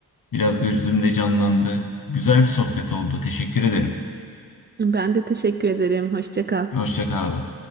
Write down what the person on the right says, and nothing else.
Ben de teşekkür ederim. Hoşça kal.